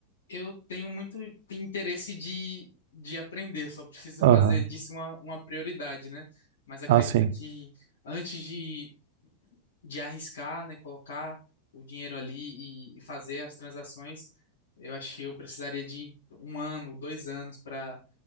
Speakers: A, on the left; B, on the right.
A: eu tenho muito interesse de, de aprender, só preciso
B: Aham.
A: fazer disso uma, uma prioridade, né? Mas acredito
B: Ah, sim.
A: que antes de, de arriscar, né, colocar o dinheiro ali e, e fazer as transações, eu acho que eu precisaria de um ano, dois anos para